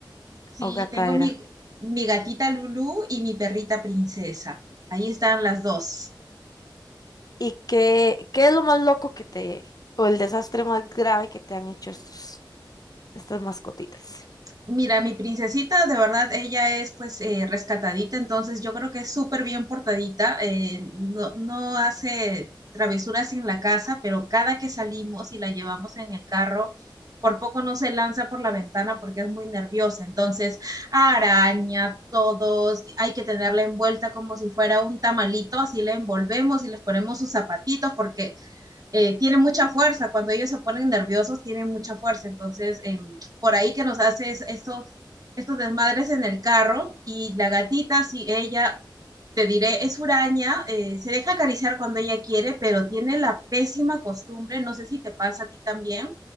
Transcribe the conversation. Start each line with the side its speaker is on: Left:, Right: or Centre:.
Right: Sí,
Left: O gata
Right: tengo mi,
Left: era.
Right: mi gatita Lulú y mi perrita princesa. Ahí están las dos.
Left: ¿Y qué, qué es lo más loco que te, o el desastre más grave que te han hecho estos, estas mascotitas?
Right: Mira, mi princesita, de verdad, ella es pues eh, rescatadita, entonces yo creo que es súper bien portadita, eh, no, no hace travesuras en la casa, pero cada que salimos y la llevamos en el carro, por poco no se lanza por la ventana porque es muy nerviosa, entonces araña todos, hay que tenerla envuelta como si fuera un tamalito, así la envolvemos y les ponemos sus zapatitos porque eh, tienen mucha fuerza, cuando ellos se ponen nerviosos tienen mucha fuerza, entonces eh, por ahí que nos hace estos, estos desmadres en el carro y la gatita, si ella, te diré, es huraña, eh, se deja acariciar cuando ella quiere, pero tiene la pésima costumbre, no sé si te pasa a ti también,